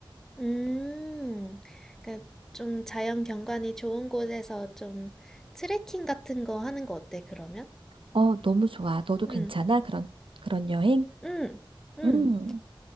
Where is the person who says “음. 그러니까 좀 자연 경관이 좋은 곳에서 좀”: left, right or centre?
Centre